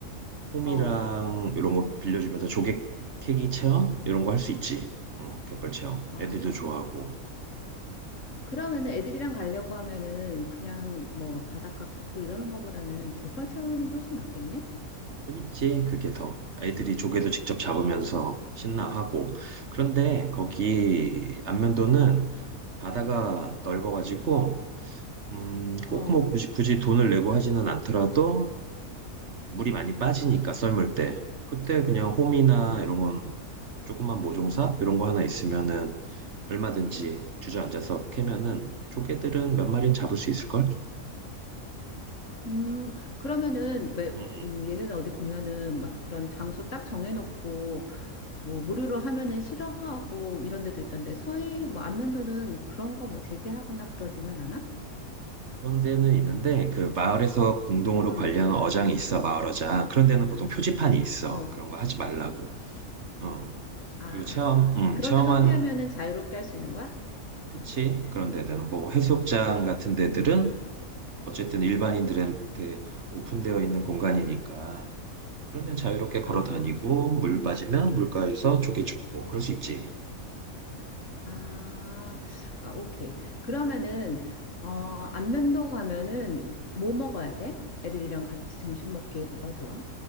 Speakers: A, on the right; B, on the left.
A: 홈이랑
B: 어.
A: 이런 거 빌려주면서 조개 캐기 체험 이런 거 할 수 있지. 어, 갯벌 체험
B: 어.
A: 애들도 좋아하고
B: 그러면은 애들이랑 가려고 하면은 그냥 뭐 바닷가 걷고 이러는 거보다는 갯벌 체험하는 게 훨씬 낫겠네?
A: 재밌지 그게 더 애들이 조개도 직접 잡으면서 신나하고 그런데 거기 안면도는 바다가 넓어가지고 음, 꼭
B: 어,
A: 뭐 굳이, 굳이 돈을 내고 하지는 않더라도 물이 많이 빠지니까 썰물 때 그때 그냥 홈이나
B: 어.
A: 이런 건 조그만 모종사 이런 거 하나 있으면은 얼마든지 주저앉아서 캐면은 조개들은 몇 마리는 잡을 수 있을걸?
B: 음, 그러면은 매,
A: 응응
B: 음, 예전에 어디 보면은 막 이런 장소 딱 정해놓고 뭐 무료로 하면은 싫어하고 이런 데도 있던데 서해 뭐 안면도는 그런 거 뭐 제재하거나 그러지는 않아?
A: 그런 데는 있는데 그 마을에서 공동으로
B: 음,
A: 관리하는 어장이 있어 마을 어장 그런 데는 보통 표지판이 있어
B: 어.
A: 그런 거 하지 말라고 어
B: 아,
A: 그리고 체험 음
B: 그런
A: 체험한
B: 데만 피하면은 자유롭게 할 수 있는 거야?
A: 그치 그런 데들은 뭐 해수욕장 같은 데들은 어쨌든 일반인들한테 오픈되어 있는 공간이니까 그런 데는 자유롭게 걸어
B: 아.
A: 다니고 물 빠지면 물가에서 조개 줍고 그럴 수 있지.
B: 아, 아, 오케이. 그러면은 어, 안면도 가면은 뭐 먹어야 돼? 애들이랑 같이 점심 먹기에 뭐가 좋아?